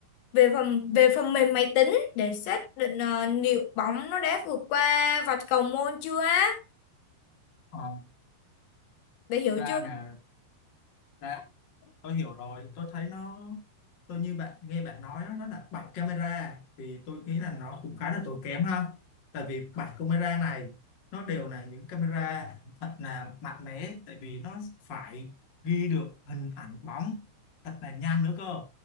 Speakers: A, on the left; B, on the left.
A: về phần về phần mềm máy tính để xác định ờ, liệu bóng nó đã vượt qua vạch cầu môn chưa á.
B: Ờ,
A: Bạn hiểu
B: ra
A: chưa?
B: nè ra tôi hiểu rồi tôi thấy nó tôi như bạn nghe bạn nói á, nó là bảy camera thì tôi nghĩ là nó cũng khá là tốn kém ha tại vì bảy camera này nó đều là những camera thật là mạnh mẽ tại vì nó phải ghi được hình ảnh bóng thật là nhanh nữa cơ